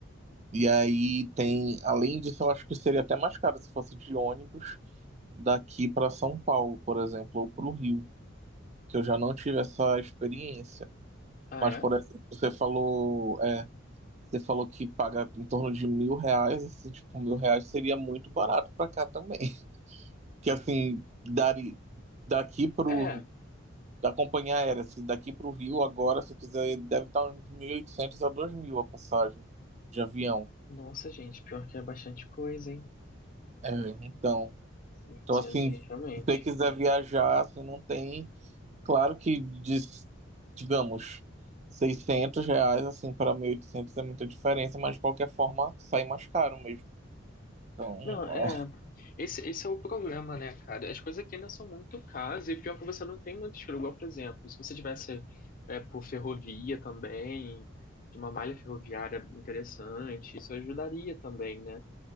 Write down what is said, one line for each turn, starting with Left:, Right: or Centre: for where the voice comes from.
Right: E aí tem, além disso, eu acho que seria até mais caro se fosse de ônibus daqui para São Paulo, por exemplo, ou para o Rio, que eu já não tive essa experiência.
Left: Ah,
Right: Mas,
Left: é?
Right: por exemplo, você falou, é, você falou que paga em torno de mil reais, assim, tipo, mil reais seria muito barato para cá também. que assim, dari, daqui pro,
Left: É.
Right: da companhia aérea, se daqui pro Rio agora, se quiser, deve estar uns 1.800 a 2.000 a passagem de avião.
Left: Nossa, gente, pior que é bastante coisa, hein?
Right: É, então,
Left: 800
Right: então assim,
Left: aí,
Right: se
Left: realmente.
Right: você quiser viajar, assim, não tem, claro que, diz- digamos, 600 reais, assim, para 1.800 é muita diferença, mas de qualquer forma, sai mais caro mesmo. Então, é.
Left: Não, é. Esse, esse é o problema, né, cara? As coisas aqui ainda são muito caras e pior é que você não tem muito escolha. Igual, por exemplo, se você tivesse é, por ferrovia também, de uma malha ferroviária interessante, isso ajudaria também, né?